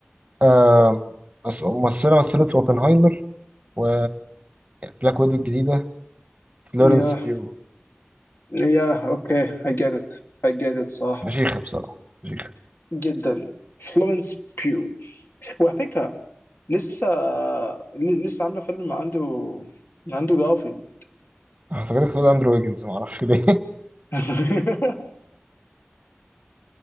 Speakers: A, on the right (about 35°); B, on the left (about 60°).
A: آم، مس- ممثلة مثلت في اوبنهايمر و بلاك ويدو الجديدة فلورنس
B: لي يا
A: بيو
B: يا اوكي I get it I get it صراحة
A: فشيخة بصراحة فشيخة
B: جدا فلورنس بيو وعلى فكرة لسه ل- لسه عاملة فيلم مع اندرو مع اندرو جارفيلد
A: أنا افتكرتك هتقول اندرو ويجنز معرفش ليه
B: <laughs>